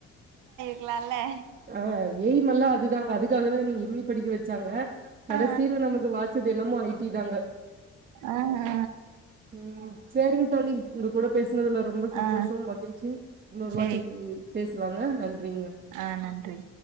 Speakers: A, on the right (about 85°); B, on the right (about 30°).
A: லால
B: ஆ எய்ம் எல்லா அதுதாங்க அதுக்காகதா என்ன எம் ஈ படிக்க வச்சாங்க கடைசில
A: ஆ
B: நமக்கு வாச்சது என்னமோ ஐ டி தாங்க
A: ஆ ஆ
B: ம் சேரிங்க தோழி உங்க கூட பேசுனதுல ரொம்ப சந்தோஷம்
A: ஆ
B: மகிழ்ச்சி இன்னொரு
A: சேரி
B: வாட்டி பேசலாங்க நன்றிங்க
A: ஆ நன்றி